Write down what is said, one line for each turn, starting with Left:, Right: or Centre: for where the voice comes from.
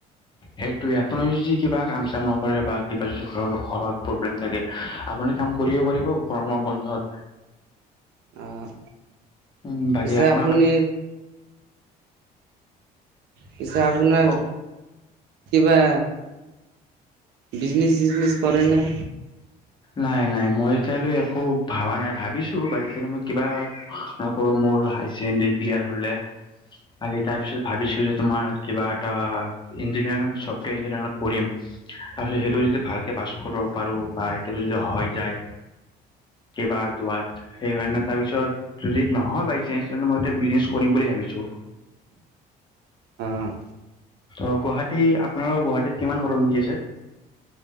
Left: সেইটোৱে আপুনি যদি কিবা কাম-চাম নকৰে বা কিবা যদি ঘৰ-ঘৰত প্ৰব্লেম থাকে, আপুনি কাম কৰিব পাৰিব গৰমৰ বন্ধত।
Right: অ'।
Left: উম বাকী
Right: পিছে
Left: আপোনাৰ
Right: আপুনি পিছে আপোনাৰ,
Left: কওক
Right: কিবা বিজনেচ-চিজনেচ কৰে নে?
Left: নাই নাই, মই এতিয়ালৈ একো ভাবা নাই ভাবিছো <unintelligible> মই কিবা নকৰো মোৰ হাই ছেকেণ্ডৰী ক্লিয়াৰ হলে, বাকি তাৰ পিছত ভাবিছো যে তোমাৰ কিবা এটা ইঞ্জিনিয়া, ৰংফ্টেৰ ইঞ্জিনিয়াৰিত পঢ়িম। তাৰপিছত সেইটো যদি ভালকে পাছ কৰিব পাৰো বা এটো যদি হয় যায়, কেইবা দুৱাৰ সেইকাৰণে তাৰ পিছত যদি নহয় বাই চানস, ত' তেতিয়া মই এ বিজনেছ কৰিম বুলি ভাবিছো।
Right: উম।
Left: ত' গুৱাহাটী, আপোনালোকৰ গুৱাহাটীত কিমান গৰম দি আছে?